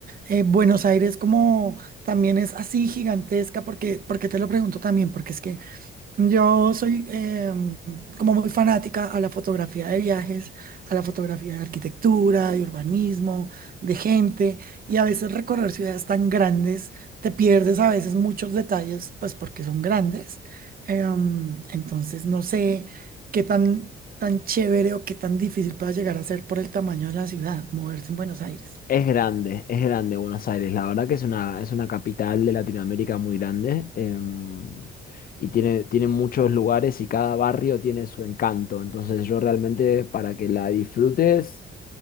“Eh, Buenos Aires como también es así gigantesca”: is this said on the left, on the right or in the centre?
Right